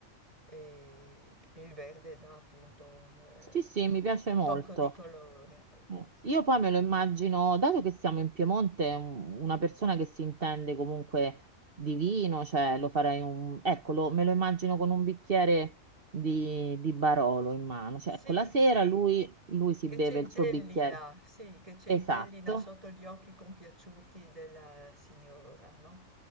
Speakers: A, on the right; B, on the right.
A: e, e il verde dà appunto un, eh,
B: Sì, sì,
A: un
B: mi piace molto.
A: tocco di colore, ecco,
B: Mm.
A: sì.
B: Io poi me lo immagino, dato che siamo in Piemonte, un- una persona che si intende comunque di vino, cioè lo farei un... Ecco, lo- me lo immagino con un bicchiere di, di Barolo in mano, cioè
A: Sì,
B: ecco, la sera
A: sì,
B: lui, lui si
A: che
B: beve
A: centellina,
B: il suo bicchiere.
A: sì, che centellina
B: Esatto,
A: sotto gli occhi compiaciuti della signora, no?